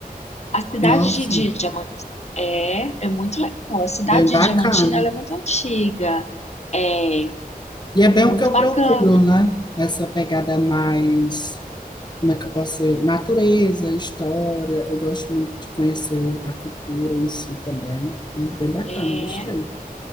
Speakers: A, on the left; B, on the left.
A: A cidade
B: Nossa,
A: de Diamantina é, é muito legal. A cidade
B: bem bacana.
A: de Diamantina ela é muito antiga, é
B: E é bem
A: muito
B: o que eu
A: bacana.
B: procuro, né? Essa pegada mais, como é que eu posso dizer? Natureza, história. Eu gosto muito de conhecer a cultura em si também. né? Bem bacana,
A: É,
B: gostei.